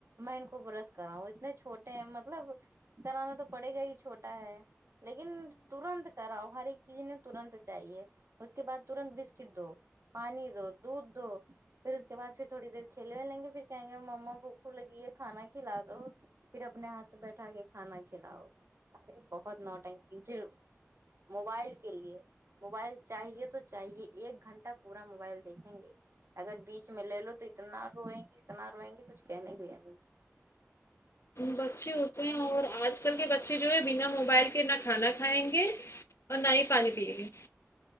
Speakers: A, on the right; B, on the left.
A: میں ان کو برش کراؤ اتنے چھوٹے ہیں مطلب کرانا تو پڑے گا ہی چھوٹا ہے لیکن ترنت کراؤ ہر ایک چیز نے ترنت چاہیے اس کے بعد ترنت بسکٹ دو پانی دو دودھ دو پھر اس کے بعد پھر تھوڑی دیر کھیلے ویلے گے پھر کہیں گے مما بوکھو لگی ہے کھانا کھ کھلا دو پھر اپنے ہاتھ سے بیٹھا کے کھانا کھلاؤ ارے بہت نوٹنکی پھر موبائل کے لیے موبائل چاہیے تو چاہیے ایک گھنٹہ پورا موبائل دیکھیں گے اگر بیچ میں لے لو تو اتنا روئیں گے اتنا روئیں گے کچھ کہنے بھی اگر
B: بچے ہوتے ہیں اور آج کل کے بچے جو ہے بنا موبائل کے نہ کھانا کھائیں گے اور نہ ہی پانی پیے گیے